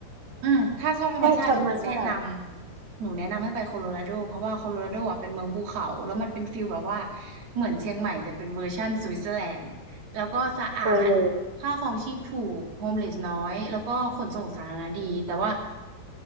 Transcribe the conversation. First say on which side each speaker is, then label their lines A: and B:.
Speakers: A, on the right; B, on the right.
A: อืมถ้าชอบธรรมชาติหนูแนะนำหนูแนะนำให้ไปโคโลราโดเพราะว่าโคโลราโดอ่ะเป็นเมืองภูเขาแล้วมันเป็นฟิลแบบว่า
B: ชอบธรรมชาติ
A: เหมือนเชียงใหม่แต่เป็นเวอร์ชั่นสวิตเซอร์แลนด์แล้วก็สะอาด
B: โปโล
A: ค่าครองชีพถูกโฮมเลสน้อยแล้วก็ขนส่งสาธารณะดีแต่ว่า